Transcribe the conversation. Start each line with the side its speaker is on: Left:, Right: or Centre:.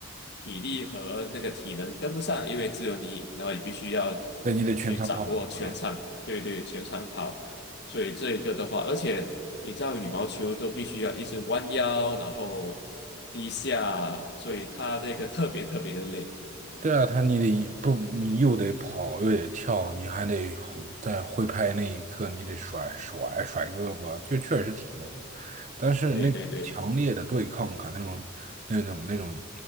Left: 体力和那个体能跟不上，因为只有你，然后你必须要
Right: 对，你得全场跑，
Left: 去掌握全场，
Right: 对吧？
Left: 对对，全场跑。所以这一个的话，而且你知道羽毛球都必须要一直弯腰，然后低下，所以它那个特别特别的累。
Right: 对啊，他你得不，你又得跑，又得跳，你还得挥在挥拍那一刻，你得甩甩甩胳膊，就确实挺累。但是那种强烈的对抗感，
Left: 对对对
Right: 那种那种那种